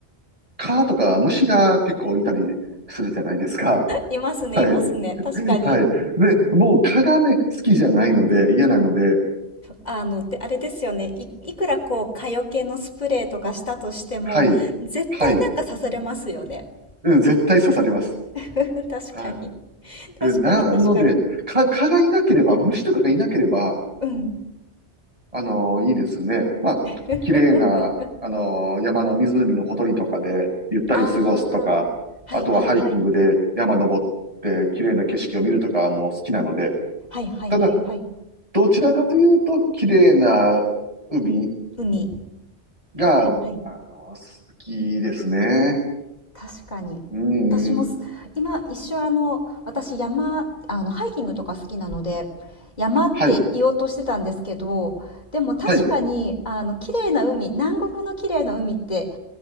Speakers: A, on the right; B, on the left.
A: 蚊とか虫が結構いたりするじゃないですか。
B: いますね、
A: はい。
B: いますね。確かに。
A: はい。で、もう蚊がね、好きじゃないので、嫌なので、
B: あの、で、あれですよね。い、いくらこう、蚊よけのスプレーとかしたとしても、
A: はい。
B: 絶対なんか刺されますよね。
A: はい。うん絶対刺されます。
B: <laughs> 確かに。
A: はい。
B: 確かに、
A: うん、なので、
B: 確かに。
A: か、蚊がいなければ、虫とかがいなければ、
B: うん。
A: あのーいいですね。まあ、
B: <laughs>
A: 綺麗な、あのー山の湖のほとりとかで、ゆったり過ごすとか、
B: ああ、はいはいはい。
A: あとはハイキングで山登って、綺麗な景色を見るとかも好きなので、
B: はいはいはいはい。
A: ただ、どちらかというと、綺麗な海
B: 海。
A: が、
B: はいはい。
A: あのー好きですね。
B: 確かに。
A: うん、
B: 私もす、
A: うん。
B: 今一瞬あの、私山、あの、ハイキングとか好きなので、山って言おうとしてたんですけど、
A: はい、
B: でも確かに、
A: はい。
B: あの、綺麗な海、南国の綺麗な海って